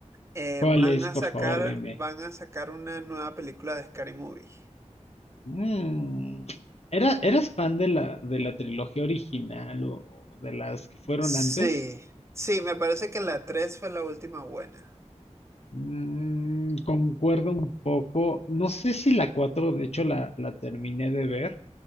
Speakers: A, on the right; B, on the left.
A: Eh,
B: ¿Cuál
A: van
B: es,
A: a
B: por
A: sacar,
B: favor, dime?
A: van a sacar una nueva película de Scary Movie.
B: Mm, ¿Era, eras fan de la, de la trilogía original o de las que fueron
A: Sí,
B: antes?
A: sí, me parece que la 3 fue la última buena.
B: Mm, concuerdo un poco. No sé si la 4, de hecho, la, la terminé de ver.